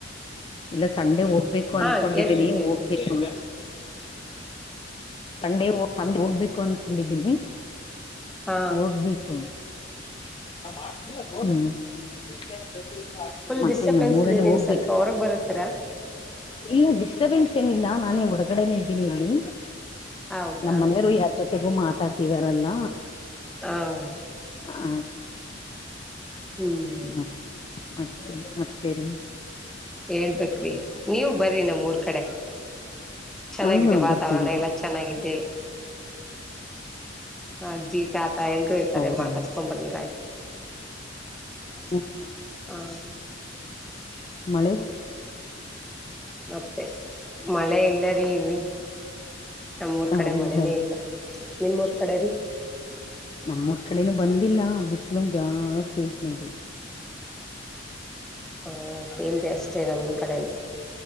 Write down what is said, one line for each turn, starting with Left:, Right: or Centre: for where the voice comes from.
Left: ಇಲ್ಲ ಸಂಡೆ ಹೋಗ. ಹೋಗ್ಬೇಕು
Centre: ಹಾ
Left: ಅನ್ಕೊಂಡಿದ್ದೀನಿ
Centre: ಹೇಳ್ತಿದೆ ಹೇಳ್ರಿ
Left: ಹೋಗ್ಬೇಕು. ಸಂಡೆ ಹೋಗ್ಬೇಕು ಅಂತಕೊಂಡಿದೀನಿ
Centre: ಹಾ
Left: ಹೋಗ್ಬೇಕು. <unintelligible>
Centre: ಫುಲ್
Left: ಮತ್ತೆ
Centre: ಡಿಸ್ಟರ್ಬೆನ್ಸ್
Left: ನಮ್ಮೂಊರಲ್ಲಿ
Centre: ಇದೆ ನೀವು
Left: ಹೋಗ್ಬೇಕು.
Centre: ಸ್ವಲ್ಪ ಹೊರಗ್ ಬರತ್ತೀರಾ
Left: ಇಲ್ಲ ಡಿಸ್ಟರ್ಬೆನ್ಸ್ ಏನಿಲ್ಲ ನಾನೇ ಹೊರಗಡೆನೆೇ ಇದ್ದೀನಿ ಇಲ್ಲಿ.
Centre: ಹೌದಾ
Left: ನಮ್ಮ್ ಮನೆಯವರು ಯಾರ್ ಜೊತೆಗೂ ಮಾತಾಡ್ತಿದಾರಲ್ಲ.
Centre: ಹ್ಮ
Left: ಹಾ
Centre: ಹ್ಮ್
Left: ಮತ್ ಮತ್ತೆ ಮತ್ತೇರಿ.
Centre: ಹೇಳ್ಬೇಕ್ರಿ ನೀವು ಬರ್ರಿ ನಮೂರ್ ಕಡೆ ಚೆನ್ನಾಗಿದೆ
Left: ಹಾ
Centre: ವಾತಾವರಣ
Left: ಬರ್ತೀವಿ ಬರ್
Centre: ಎಲ್ಲ. ಚೆನ್ನಾಗಿದೆ ಅಜ್ಜಿ ತಾತ ಎಲ್ರೂ.
Left: ಹೌದಾ
Centre: ಮಾತಾಡ್ಸ್ಕೊಂಬ್ರನ್ ಆಯ್ತು.
Left: ಹ್ಮ
Centre: ಹ
Left: ಮಳೆ.
Centre: ಮತ್ತೆ ಮಳೆ ಇಲ್ಲರಿ ಮಳೆ ಇಲ್ಲರೀ ಇಲ್ಲಿ. ನಮ್ಮೂರ್ ಕಡೆ
Left: ಹೌದಾ
Centre: ಮಳೆನೇ ಇಲ್ಲ ನಿಮ್ಮೂರ್ ಕಡೆರೀ.
Left: ನಮ್ಮೂಊರ್ ಕಡೆನ ಬಂದಿಲ್ಲ ಬಿಸ್ಲು ಒಂದ ಜಾಸ್ತಿ ಐತ್ ನೋಡ್ರಿ.
Centre: ಹ ಸೇಮ್ ಅಷ್ಟೇ ನಮ್ ಕಡೆನು.